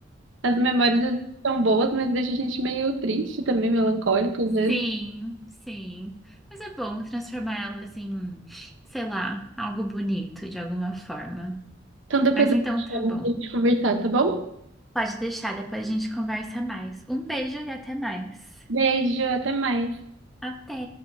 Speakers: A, on the right; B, in the centre.
A: As memórias são boas, mas deixa a gente meio triste também, melancólico às vezes.
B: Sim, sim. Mas é bom transformá-las em, sei lá, algo bonito de alguma forma.
A: Então depois
B: Mas
A: eu
B: então
A: te
B: tá
A: chamo
B: bom.
A: pra gente conversar, tá bom?
B: Pode deixar, depois a gente conversa mais. Um beijo e até mais.
A: Beijo, até mais.
B: Até!